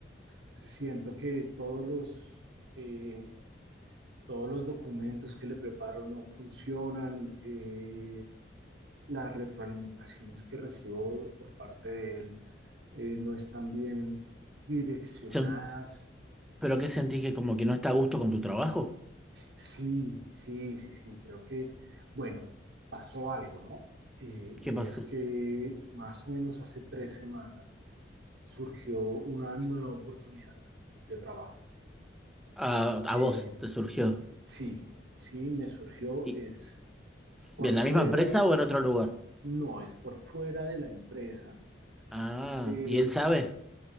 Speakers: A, on the right; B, in the centre.
A: siento que todos los eh, todos los documentos que le preparo no funcionan, eh, las retroalimentaciones que recibo por parte de él eh, no están bien direccionadas.
B: Sen- ¿Pero qué sentís que como que no está a gusto con tu trabajo?
A: Sí, sí, sí, sí, creo que, bueno, pasó algo, ¿no? Eh,
B: ¿Qué
A: y
B: pasó?
A: es que más o menos hace tres semanas surgió una nueva oportunidad de trabajo.
B: A, a
A: Eh,
B: vos te surgió.
A: sí, sí, me surgió,
B: ¿Y
A: es por
B: en
A: fuera
B: la misma empresa o en otro lugar?
A: No, es por fuera de la empresa.
B: Ah,
A: eh,
B: ¿y él sabe?